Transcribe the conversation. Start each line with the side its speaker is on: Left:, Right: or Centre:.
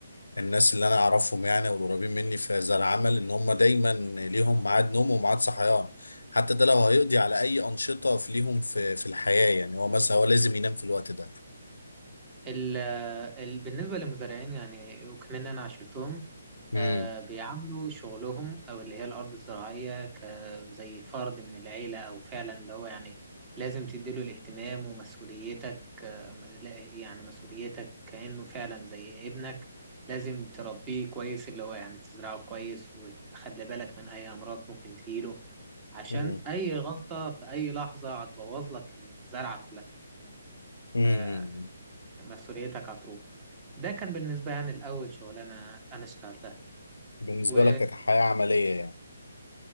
Left: الناس اللي انا اعرفهم يعني والقريبين مني في هذا العمل ان هم دايما ليهم ميعاد نوم وميعاد صحيان حتى ده لو هيقضي على اي انشطه في ليهم في في الحياه يعني هو مثلا هو لازم ينام في الوقت ده
Right: ال ال بالنسبة للمزارعين يعني وكمان أنا عشرتهم
Left: امم
Right: آه، بيعاملوا شغلهم أو اللي هي الأرض الزراعية كزي فرد من العيلة أو فعلا اللي هو يعني لازم تديله الاهتمام ومسؤوليتك آه، لا- يعني مسؤوليتك كأنه فعلا زي ابنك لازم تربيه كويس اللي هو يعني تزرعه كويس وتخلي بالك من أي أمراض ممكن تجيله عشان
Left: امم
Right: أي غلطة في أي لحظة هتبوظ لك الزرعة
Left: امم
Right: كلها مسؤوليتك هتروح ده كان بالنسبة يعني الأول شغلانة أنا اشتغلتها
Left: بالنسبه
Right: و
Left: لك كحياه عمليه يعني